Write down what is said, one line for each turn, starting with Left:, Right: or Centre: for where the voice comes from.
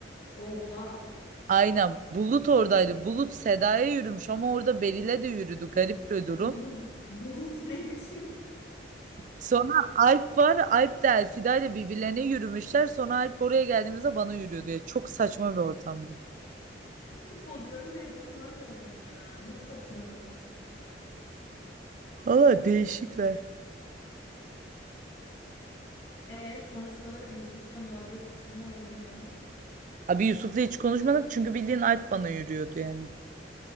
Left: oha.
Right: Aynen Bulut oradaydı. Bulut Seda'ya yürümüş ama orada Beril'e de yürüdü. Garip bir durum.
Left: Oğlum <laughs> Bulut ne biçim isim?
Right: Sonra Alp var. Alp de Elfida ile birbirlerine yürümüşler. Sonra Alp oraya geldiğimizde bana yürüyor diye. Çok saçma bir ortamdı.
Left: Futbolcuların bu egosu var zaten ya. Ne saçma sapan.
Right: Valla değişikler.
Left: E sonuç olarak Yusuf'la muhabbet ne oldu yani?
Right: Abi Yusuf'la hiç konuşmadık çünkü bildiğin Alp bana yürüyordu yani.